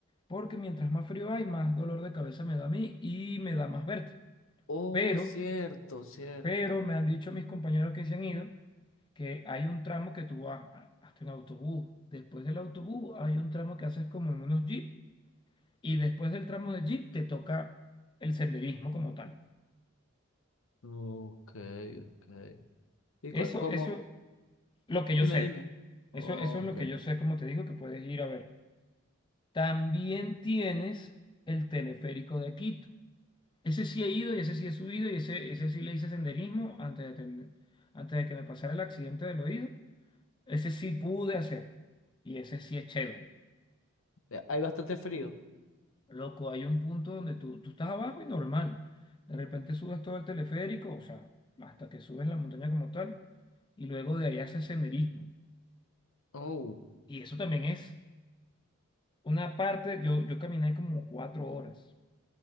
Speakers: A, on the left; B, on the left.
A: porque mientras más frío hay, más dolor de cabeza me da a mí y me da más vértigo.
B: Oh,
A: Pero,
B: cierto, cierto.
A: pero me han dicho mis compañeros que se han ido, que hay un tramo que tú vas a- hasta en autobús. Después del autobús hay un tramo que haces como en unos jeep y después del tramo de jeep te toca el senderismo como tal.
B: Ok, ok. ¿Y
A: Eso,
B: cu- cómo?
A: eso, lo que yo
B: Dime,
A: sé.
B: dime. Ok.
A: Eso, eso es lo que yo sé, como te digo, que puedes ir a ver. También tienes el teleférico de Quito. Ese sí he ido y ese sí he subido y ese, ese sí le hice senderismo antes de, tener- antes de que me pasara el accidente del oído. Ese sí pude hacer y ese sí es chévere.
B: Eh, Hay bastante frío.
A: Loco, hay un punto donde tú, tú estás abajo y normal. De repente subes todo el teleférico, o sea, hasta que subes la montaña como tal y luego de ahí haces senderismo.
B: Oh,
A: Y eso también es una parte, yo, yo caminé como cuatro horas